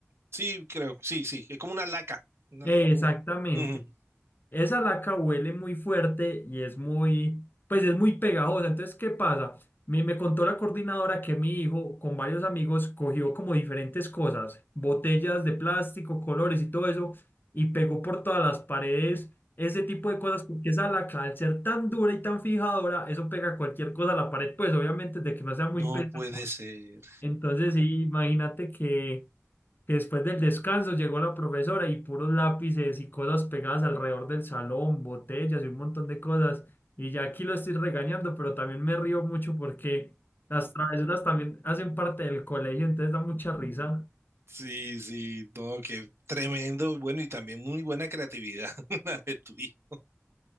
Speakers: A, on the right; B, on the left.
A: Sí, creo, sí, sí. Es como una laca. Una-
B: Exactamente.
A: un- ujú.
B: Esa laca huele muy fuerte y es muy, pues es muy pegajosa. Entonces, ¿qué pasa? Me, me contó la coordinadora que mi hijo con varios amigos cogió como diferentes cosas, botellas de plástico, colores y todo eso, y pegó por todas las paredes ese tipo de cosas, porque esa laca, al ser tan dura y tan fijadora, eso pega cualquier cosa a la pared, pues obviamente de que no sea muy
A: No
B: pesada.
A: puede ser.
B: Entonces, sí, imagínate que que después del descanso llegó la profesora y puros lápices y cosas pegadas alrededor del salón, botellas y un montón de cosas. Y ya aquí lo estoy regañando, pero también me río mucho porque las travesuras también hacen parte del colegio, entonces da mucha risa.
A: Sí, sí, no, qué tremendo. Bueno, y también muy buena creatividad <laughs> la de tu hijo.